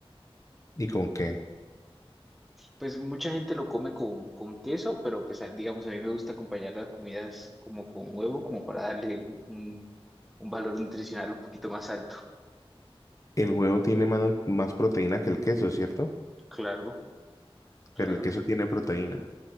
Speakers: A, on the left; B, in the centre.
A: ¿Y con qué?
B: Pues mucha gente lo come con, con queso, pero pues a- digamos, a mí me gusta acompañar las comidas como con huevo, como para darle un, un valor nutricional un poquito más alto.
A: El huevo tiene mano- más proteína que el queso, ¿cierto?
B: Claro, claro.
A: Pero el queso tiene proteína.